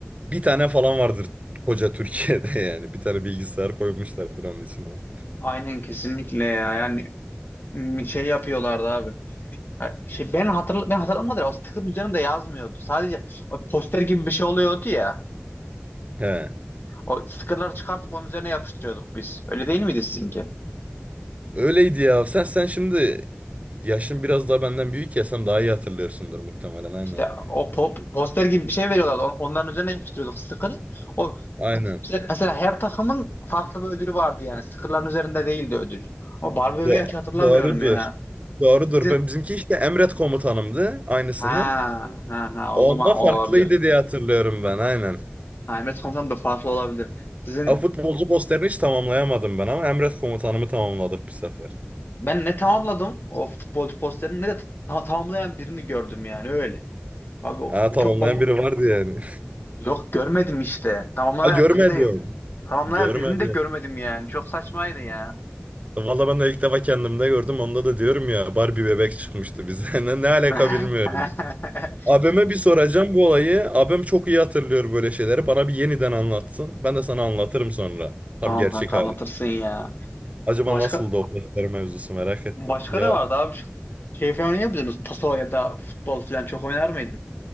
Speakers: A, on the right (about 35°); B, on the left (about 55°).
A: bir tane falan vardır koca Türkiye'de <laughs> yani. Bir tane bilgisayar koymuşlardır onun içine.
B: Aynen kesinlikle ya. Yani m, şey yapıyorlardı abi. Ha, Şey ben hatırla ben hatırlamadım. da O sticker'ın üzerinde yazmıyordu. Sadece o poster gibi bir şey oluyordu ya.
A: He.
B: O sticker'ları çıkartıp onun üzerine yapıştırıyorduk biz. Öyle değil miydi sizinki?
A: Öyleydi ya. Sen sen şimdi yaşın biraz daha benden büyük ya sen daha iyi hatırlıyorsundur muhtemelen aynen.
B: İşte o po- poster gibi bir şey veriyorlardı. On- Onların üzerine yapıştırıyorduk sticker'ı. O
A: Aynen.
B: mesela mesela her takımın farklı bir ödülü vardı yani. Sticker'ların üzerinde değildi ödül. Ama Barbie
A: Do-
B: bebeği hiç hatırlamıyorum
A: doğrudur.
B: ya.
A: Doğrudur.
B: Sizin
A: Ben bizimki işte emret komutanımdı aynısının.
B: ha ha ha
A: Onda
B: o zaman o
A: farklıydı
B: olabilir.
A: diye hatırlıyorum ben aynen.
B: Ha, Ahmet Komutan da farklı olabilir. Sizin
A: A futbolcu posterini hiç tamamlayamadım ben ama Emret komutanımı tamamladık bir sefer.
B: ben ne tamamladım o futbolcu posterini ne de ta- tamamlayan birini gördüm yani öyle. Abi o-
A: Ha tamamlayan
B: çok bam-
A: biri vardı yani.
B: yok görmedim işte.
A: <laughs>
B: Tamamlayan
A: Ha görmedim.
B: biri de yok. Tamamlayan
A: Görmedim.
B: birini de görmedim yani. Çok saçmaydı ya.
A: Valla ben de ilk defa kendimde gördüm. Onda da diyorum ya Barbie bebek çıkmıştı bize. <laughs> Ne, ne alaka
B: <laughs>
A: bilmiyorum.
B: Ha,
A: Abime bir soracağım bu olayı. Abim çok iyi hatırlıyor böyle şeyleri. Bana bir yeniden anlatsın. Ben de sana anlatırım sonra. Tam
B: Tamam
A: gerçek
B: kanka
A: hali.
B: anlatırsın ya.
A: Acaba
B: Başka
A: nasıldı o poster mevzusu merak ettim.
B: başka
A: Ya
B: da vardı abi. Şu- Şey falan oynuyor muydunuz? Taso ya da futbol falan çok oynar mıydın?